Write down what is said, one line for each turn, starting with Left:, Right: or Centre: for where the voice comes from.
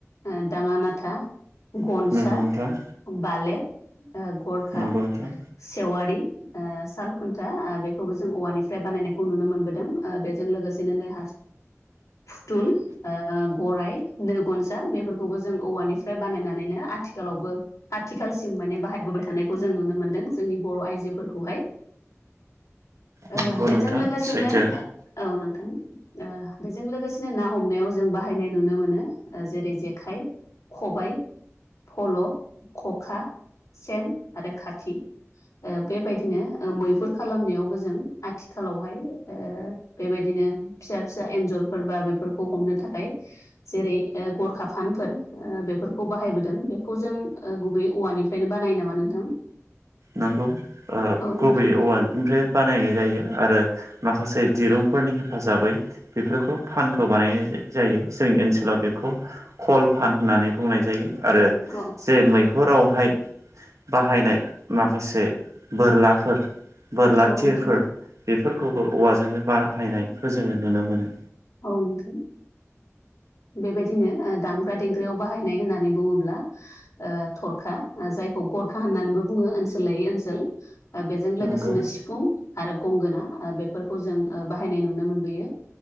Left: ओ दाङा नाथा गनसा
Right: नंगौ नोंथां
Left: बालेक ओ गरखा
Right: नंगौ नोंथां
Left: सेवारि ओ साल खुन्था बेखौबो जों औवानिफ्राय बानायनायखौ नुनो मोनबोदों ओ बेजों लोगोसेनो नों फुथल ओ गराइ नो गनसा बेफोरखौबो जों औवानिफ्राय बानायनानैनो आथिखालावबो आथिखालसिम माने बाहायबोबाय थानायखौ जों नुनो मोनदों जोंनि बर' आइजोफोरखौहाय। ओ
Right: नंगौ
Left: बेजों
Right: नोंथां
Left: लोगोसेनो
Right: सैथो
Left: औ नोंथां ओ बेजों लोगोसेनो ना हमनायाव जों बाहायनाय नुनो मोनो ओ जेरै जेखाइ खबायाइ फल' खखा सेन आरो खाखि ओ बेबायदिनो मैहुर खालामनायावबो जों आथि आथिखालावहाय ओ बेबायदिनो फिसा फिसा एन्जरफोर बा बेफोरखौ हमनो थाखाय जेरै ओ गरखा फानफोर ओ बेफोरखौ बाहायबोदों बेखौ जों गुबै औवानिफ्रायनो बानायो नामा नोंथां?
Right: नंगौ ओ
Left: औ नोंथां
Right: गुबैयै वाल ओमफ्राय बानायनाय जायो आरो माखासे दिरुंफोरनि हेफाजाबै बेफोरखौ फानखौ बानायनाय जायो जोंनि ओनसोलाव बेखौ कल फान होननानै बुंनाय जायो आरो
Left: अ।
Right: जे मैहुरावहाय बाहायनाय माखासे बोरलाफोर बोरला
Left: औ
Right: थिरफोर
Left: नोंथां
Right: बेफोरखौबो औवाजोंनो बाहायनायखौ जोङो नुनो मोनो।
Left: औ नोंथां। बेबायदिनो दामग्रा देंग्रायाव बाहायनाय होननानै बुङोब्ला ओ थरखा जायखौ गरखा होननानैबो बुङो ओनसोल लायै ओनसोल ओ बेजों लोगोसेनो
Right: नंगौ
Left: सिफुं आरो गंगोना ओ बेफोरखौ जों ओ बाहायनाय नुनो मोनबोयो।